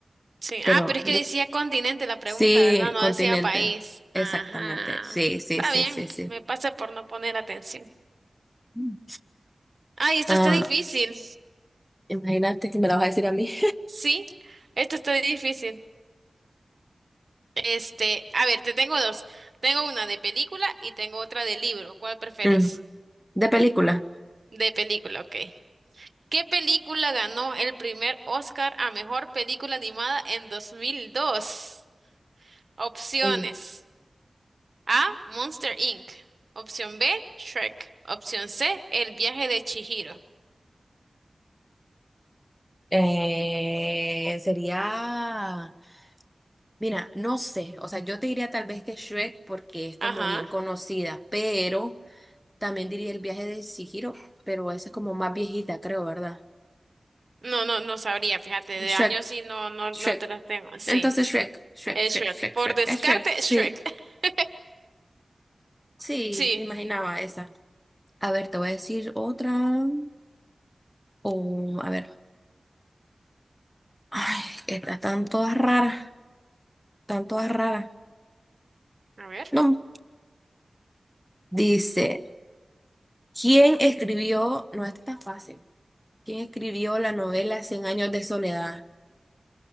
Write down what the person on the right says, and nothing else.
Sí.
Ah, pero es que decía continente la pregunta,
¿verdad? No
decía país.
Ajá.
Está
bien,
me pasa por no poner atención.
Ay, esto
está difícil.
Sí, esto está difícil. Este, a ver, te tengo dos. Tengo una de película y tengo otra de libro. ¿Cuál preferís?
De película, ok. ¿Qué película ganó el primer Oscar a mejor película animada en 2002? Opciones.
A. Monster Inc. Opción B. Shrek. Opción C. El viaje de Chihiro.
Ajá.
No, no, no sabría, fíjate, de
años sí, no, no,
no te las tengo. Sí,
es
Shrek.
Por
descarte,
Shrek. <laughs>
Sí.
A ver.